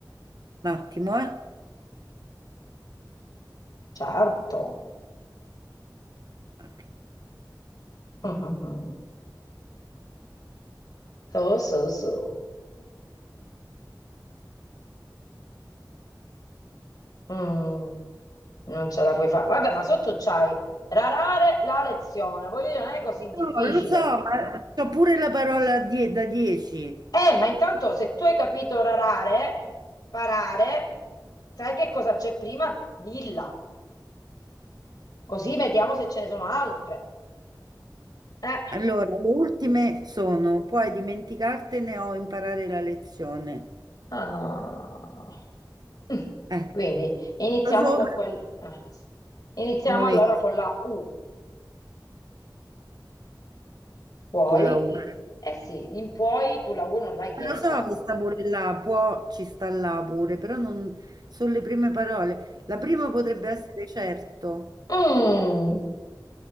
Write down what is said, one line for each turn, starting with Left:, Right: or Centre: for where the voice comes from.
Right: Un attimo,
Left: Certo.
Right: eh.
Left: <laughs> Mhm. So, so, so. Mm, non ce la puoi fare. Vabbè, ma sotto c'hai rarare la lezione. Voglio dire, non è così difficile.
Right: No, lo so, ma c'ho pure la parola die- da 10.
Left: Eh, ma intanto se tu hai capito rarare, parare, sai che cosa c'è prima? Dilla, così vediamo se ce ne sono altre. Eh.
Right: Allora, le ultime sono, puoi dimenticartene o imparare la lezione.
Left: Ah. <laughs> Mm.
Right: Eh,
Left: Quindi iniziamo
Right: lo so,
Left: con quel... eh. Iniziamo
Right: non
Left: allora
Right: esiste
Left: con la U. Puoi?
Right: con la U.
Left: Eh sì, in puoi tu la U non l'hai chiesta.
Right: Lo so che sta pure là, può, ci sta là pure, però non sono le prime parole. La prima potrebbe essere certo.
Left: Mm,